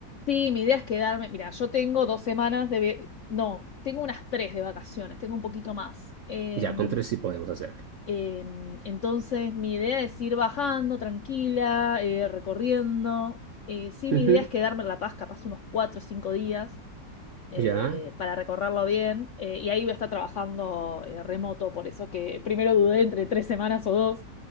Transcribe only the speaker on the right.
Ya, con tres sí podemos hacerlo.
Ujú,
Ya,